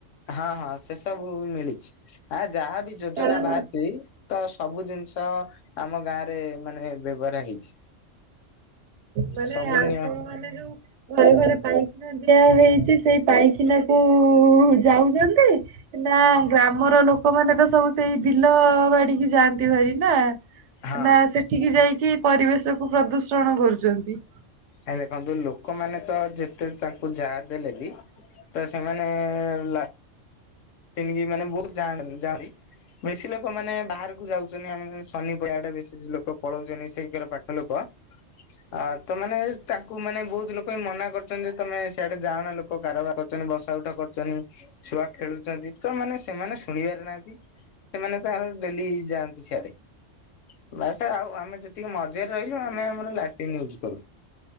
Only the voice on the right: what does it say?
କାରଣ
ମାନେ
ଆପଣ
ମାନେ ଯୋଉ ଘରେ ଘରେ ପାଇଖାନା ଦିଆ ହେଇଛି ସେଇ ପାଇଖାନା କ ଯାଉଚନ୍ତି। ନା ଗ୍ରାମର ଲୋକମାନେ ତ ସବୁ ସେଇ ବିଲ ବାଡିକି ଯାଆନ୍ତି ଭାରି ନା।
ନା ସେଠିକି ଯାଇକି ପରିବେଶକୁ ପ୍ରଦୂଷଣ କରୁଚନ୍ତି।